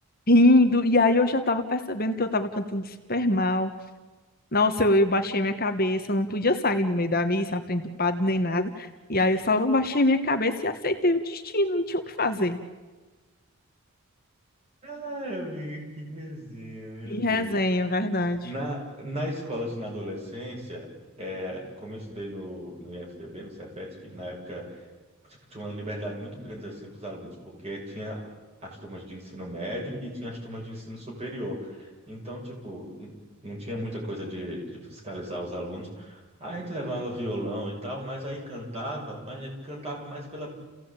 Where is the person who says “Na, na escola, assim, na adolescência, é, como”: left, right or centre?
Right